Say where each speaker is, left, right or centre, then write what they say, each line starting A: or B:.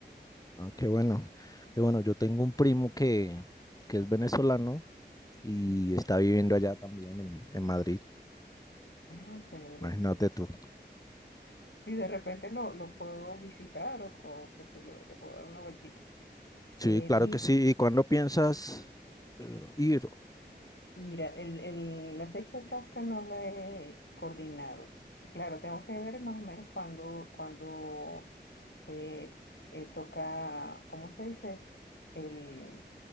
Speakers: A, on the left; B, on the left.
A: Ah, qué bueno. Qué bueno, yo tengo un primo que, que es venezolano y está viviendo allá también en, en Madrid.
B: Ah, chévere.
A: Imagínate tú.
B: Sí, de repente lo, lo puedo visitar o, o qué sé yo, le puedo dar una vueltita.
A: Sí,
B: Eh,
A: claro
B: mi,
A: que sí. ¿Y cuándo piensas eh, ir?
B: Mira, el, el- la fecha exacta no la he coordinado. Claro, tengo que ver más o menos cuándo cuando, eh, eh, toca, ¿cómo se dice? El,